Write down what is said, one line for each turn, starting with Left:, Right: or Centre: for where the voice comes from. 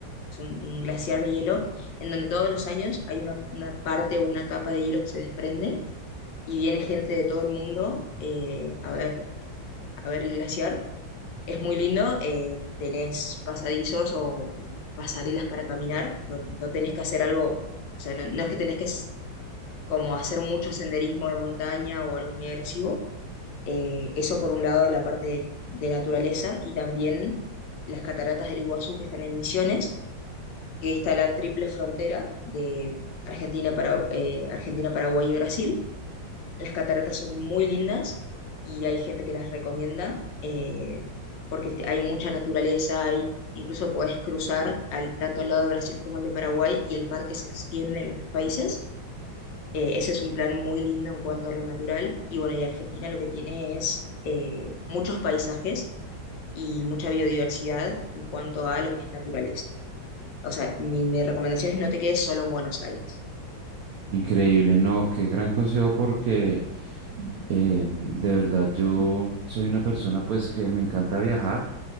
Left: es un, un glaciar de hielo, en donde todos los años hay una, una parte o una capa de hielo que se desprende y viene gente de todo el mundo eh, a ver, a ver el glaciar. Es muy lindo, eh, tenés pasadizos o pasarelas para caminar, no, no tenés que hacer algo, o sea, no, no es que tenés que s- como hacer mucho senderismo de montaña o algo muy agresivo. Eh, eso por un lado de la parte de, de naturaleza y también las cataratas del Iguazú que están en Misiones que está la triple frontera de Argentina, para, eh, Argentina, Paraguay y Brasil. Las cataratas son muy lindas y hay gente que las recomienda eh, porque te- hay mucha naturaleza, hay, incluso podés cruzar al, tanto al lado de Brasil como al de Paraguay y el parque se extiende en los tres países. Eh, ese es un plan muy lindo en cuanto a lo natural. Y bueno, y Argentina lo que tiene es eh, muchos paisajes y mucha biodiversidad en cuanto a lo que es naturaleza o sea, mi, mi recomendación es no te quedes solo en Buenos Aires.
Right: Increíble, no, qué gran consejo porque... Eh, de verdad, yo soy una persona pues que me encanta viajar